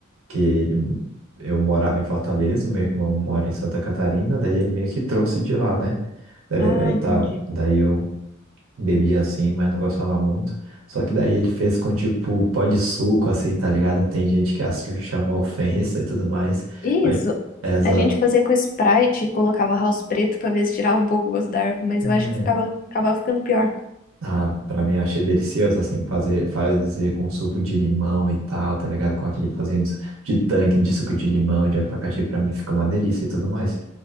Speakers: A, on the right (about 80°); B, on the left (about 40°).
A: Que ele... eu morava em Fortaleza, meu irmão mora em Santa Catarina, daí ele meio que trouxe de lá, né? Tereré
B: Ah,
A: e
B: entendi.
A: tal. Daí eu... Bebia assim, mas não gostava muito. Só que daí ele fez com tipo pó de suco, assim, tá ligado? Tem gente que acha- chamou ofensa e tudo mais.
B: Isso,
A: Mas, é, exato.
B: a gente fazia com Sprite e colocava house preto pra ver se tirava um pouco o gosto da erva, mas eu acho
A: É,
B: que ficava, acabava ficando pior.
A: Ah, pra mim eu achei delicioso, assim, fazer, fazer com suco de limão e tal, tá ligado? Com aquele fazendo de tanque de suco de limão, de abacaxi, pra mim fica uma delícia e tudo mais.